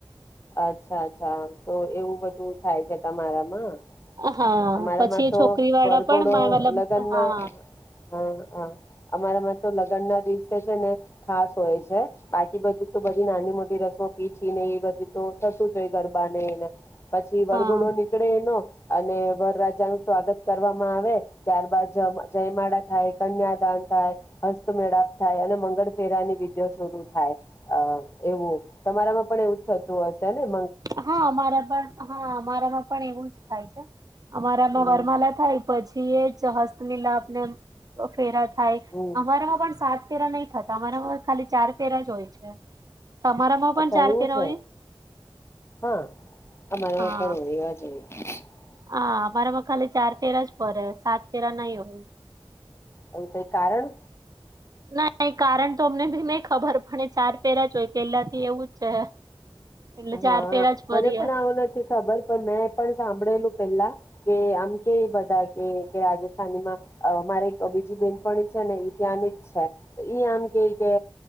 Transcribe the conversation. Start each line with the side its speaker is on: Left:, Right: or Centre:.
Left: અચ્છા અચ્છા તો એવું બધું થાય છે તમારામાં?
Right: હા
Left: અમારામાં
Right: પછી એ
Left: તો,
Right: છોકરી વાળા
Left: વરઘોડો
Right: પણ મતલબ
Left: લગન
Right: હા
Left: ના હા હા. અમારા માં તો લગ્ન ના દિવસે છે ને, ખાસ હોય છે બાકી બધું તો બધી નાની મોટી રસમો પીઠી ન એ બધું તો થતું જ હોય ગરબા નેને પછી
Right: હા
Left: વરઘોડો નીકળે એનો અને વર રાજા નું સ્વાગત કરવામાં આવે, ત્યારબાદ જયમાળ થાય કન્યાદાન થાય, હસ્તમેળાપ થાય અને મંગળ ફેરા ની વિધિ શોરૂુ થાય, એવું તમારામાં પણ એવું થતું હશેને.
Right: હા અમારા પણ હા અમારામાં પણ એવું જ થાય છે. અમારામાં
Left: હમ
Right: વરમાલા થાય પછી એ જ જ હસ્ત મીલાપને ફેરા થાય,
Left: હમ
Right: અમારામાં પણ સાત ફેરા નહી થતા મારાર ખાલી ચાર ફેરા જ હોય છે. તમારા માં પણ
Left: અચ્છા
Right: ચાર
Left: એવું
Right: ફેરા
Left: છે
Right: હોય?
Left: હા. અમારામાં
Right: હા
Left: પણ ઓવા જોઈએ. હા <inaudible>
Right: હા પર ખાલી ચાર પેર જ ફરે. સાત ફરા નહી હોય.
Left: એવું કઈ કારણ.
Right: ના કારણ તો અમને ભી નહી ખબર પડે ચાર પેલા જોઈ પેલા થી એવું જ છે. એટલે
Left: હા
Right: ચાર ફેરા જ ફરીએ
Left: મને પણ આવું નથી ખબર પણ મેં પણ સાંભળેલું. પેલા કે આમ કે બધા કે રાજસ્થાનીમાં મારે એક બીજી બેન પણ છે ને ઈતની જ છે, આમ કે કે